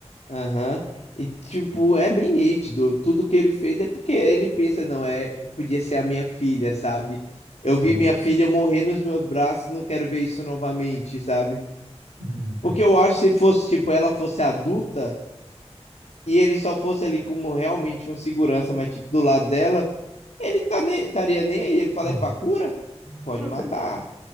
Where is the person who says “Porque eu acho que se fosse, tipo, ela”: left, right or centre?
Left